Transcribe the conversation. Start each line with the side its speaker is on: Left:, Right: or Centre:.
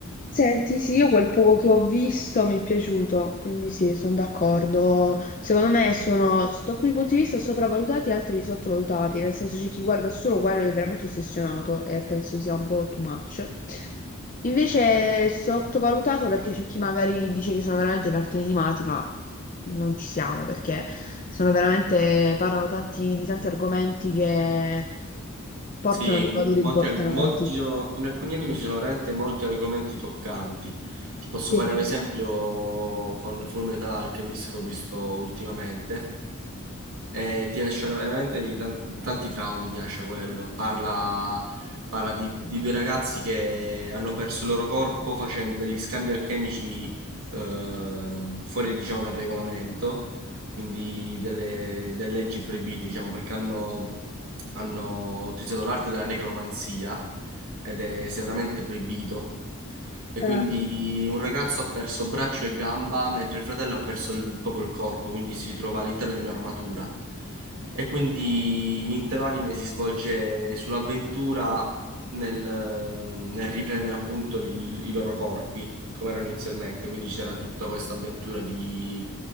Left: Senti, sì, io quel poco che ho visto mi è piaciuto, quindi sì, sono d'accordo. Secondo me sono, sotto alcuni punti di vista, sopravvalutati e altri sottovalutati, nel senso c'è chi guarda solo quello ed è veramente ossessionato e penso sia un po' too much. Invece è sottovalutato perché c'è chi magari dice che sono veramente cartoni animati, ma non ci siamo perché sono veramente, parlano tanti- di tanti argomenti che portano
Right: Sì,
Left: dei
Right: mol-
Left: valori
Right: molti
Left: importanti.
Right: arg- mol- ci sono- in alcuni anime ci sono veramente molti argomenti toccanti. Ti posso
Left: Sì.
Right: fare un esempio con Fullmetal Alchemist che ho visto ultimamente. Eh, ti lascia veramente di tan- tanti traumi, ti lascia quello. Parla, parla di, di due ragazzi che hanno perso il loro corpo facendo degli scambi alchemici ehm, fuori, diciamo, dal regolamento quindi delle, delle leggi proibite, diciamo, perché hanno, hanno utilizzato l'arte della necromanzia ed è severamente proibito. E
Left: Eh.
Right: quindi un ragazzo ha perso braccio e gamba, mentre il fratello ha perso il- proprio il corpo, quindi si ritrova all'interno di un'armatura. E quindi l'intero anime si svolge sull'avventura nel, ehm, nel riprendere appunto i, i loro corpi come erano inizialmente. Quindi c'era tutta questa avventura di,